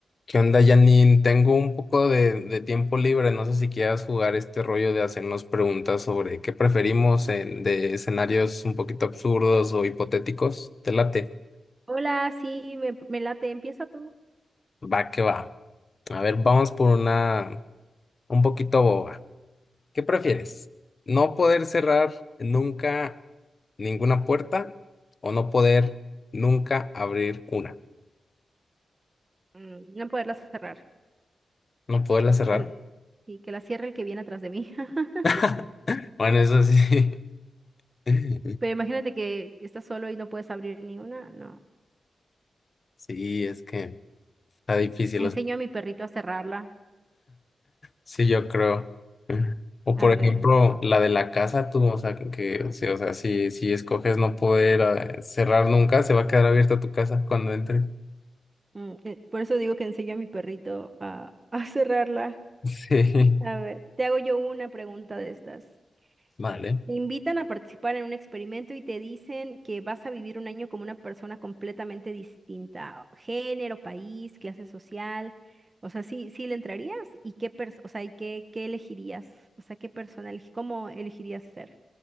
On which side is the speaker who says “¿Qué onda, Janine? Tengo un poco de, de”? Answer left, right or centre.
Left